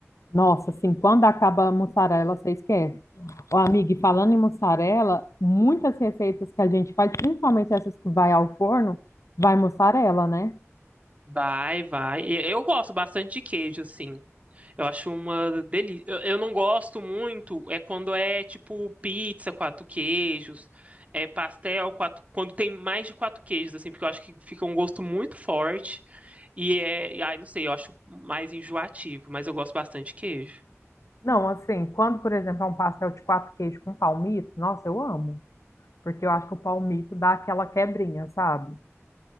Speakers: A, on the left (about 85°); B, on the right (about 30°).
A: Nossa, assim, quando acaba a mussarela, você esquece. Ó, amiga, e falando em mussarela, muitas receitas que a gente faz, principalmente essas que vai ao forno, vai mussarela, né?
B: vai, vai. E Eu gosto bastante de queijo, assim. Eu acho uma delícia. Eu, eu não gosto muito é quando é tipo pizza, quatro queijos, é pastel, quatro, quando tem mais de quatro queijos, assim, porque eu acho que fica um gosto muito forte e é, e, ai, não sei, eu acho mais enjoativo, mas eu gosto bastante de queijo.
A: Não, assim, quando, por exemplo, é um pastel de quatro queijos com palmito, nossa, eu amo. Porque eu acho que o palmito dá aquela quebrinha, sabe?